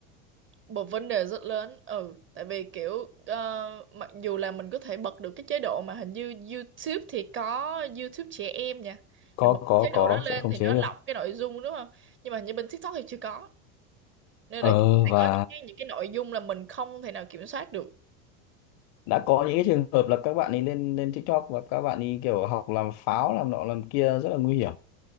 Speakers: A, on the right (about 30°); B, on the left (about 45°).
A: một vấn đề rất lớn ừ tại vì kiểu ờ, mặc dù là mình có thể bật được cái chế độ mà hình như YouTube thì có YouTube trẻ em nha
B: có
A: mình bật
B: có
A: chế độ
B: có
A: đó lên
B: sẽ không
A: thì
B: chế
A: nó
B: được
A: lọc cái nội dung đúng không nhưng mà hình như bên TikTok thì chưa có nên
B: ờ
A: là sẽ
B: và
A: có những cái những cái nội dung là mình không thể nào kiểm soát được
B: đã có những cái trường hợp là các bạn ấy lên lên TikTok và các bạn ấy kiểu học làm pháo làm nọ làm kia rất là nguy hiểm